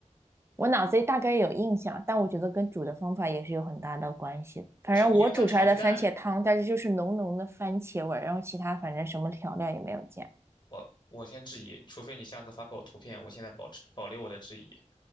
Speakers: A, on the right; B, on the left.
A: 我脑子里大概有印象，但我觉得跟煮的方法也是有很大的关系的。反正我煮出来的番茄汤，
B: 不是，你用它炒鸡蛋，
A: 但是就是浓浓的番茄味儿，然后其他反正什么调料也没有加。
B: 我我先质疑，除非你下次发给我图片，我现在保持保留我的质疑。